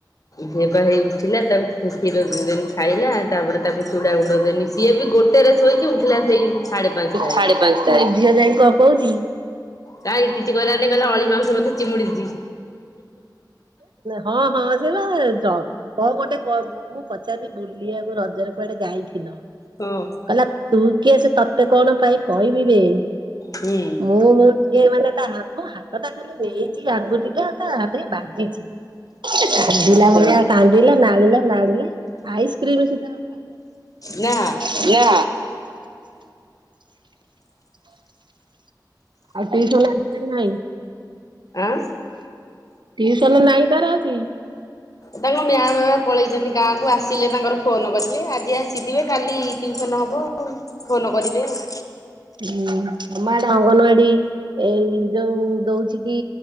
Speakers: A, on the left (about 50°); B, on the right (about 80°).
A: ଝିଅପା ହେଇ ଉଠିଲା ତାକୁ କ୍ଷୀର ଦେନି ଖାଇଲା ତାପରେ ତାକୁ ଚୁଡ଼ା ଗୁଣ୍ଡ ଦେନି ସିଏ ବି ଗୋଟେରେ ଶୋଇକି ଉଠିଲା ସେଇ ସାଢେ ପାଞ୍ଚଟାରେ।
B: ସାଢେ ପାଞ୍ଚଟା ଝିଅ ଯାଇକି କଣ କହୁଛି।
A: କାଇଁ କିଛି କହିଲା ନାଇଁ କହିଲା ଅଲି ମାଉସୀ ମୋତେ ଚିମୁଡିଛି।
B: ହଁ ହଁ ସେ ବା କଣ ଗୋଟେ କରୁ ମୁଁ ପଚାରିଲି ବୁଲିବାକୁ ରଜରେ କୁଆଡେ ଯାଇଥିଲ?
A: ହଁ
B: କନକ ଟୁର କିଏ ସେ ତୋତେ କଣ ପାଇଁ କହିବି ବେ।
A: ହୁଁ।
B: ମୁଁ ଟିକେ ମାନେ <unintelligible> କଥା ଖାଲି ନେଇଛି ଲାଗୁନି ତ ବାପରେ ବାପରେ <unintelligible> କାନ୍ଦିଲା ନାଳିଲା ନାଳିଲା ଆଇସ୍କ୍ରିମ ସେ ଆଉ ଖାଇଲା।
A: ନା
B: ନା। ଆଉ ଟିଉସନ ଆସିବାର ନାହିଁ।
A: ଆଁ
B: ଟିଉସନ ନାଇଁ ତାର ଆଜି
A: ତାଙ୍କ ମାଆଁ ବାବା ପଳେଇଛନ୍ତି ଗାଁକୁ ଆସିଲେ ତାଙ୍କର ଫୋନ କରିବେ ଆଜି ଆସିଥିବେ କାଲି ଟିଉସନ ହବ। ହ ଫୋନ କରିବି ଆଉ
B: ହୁଁ ଆମ ଆଡେ ଅଙ୍ଗନବାଡି ଏଇ ଯୋଉ ଦଉଛି କି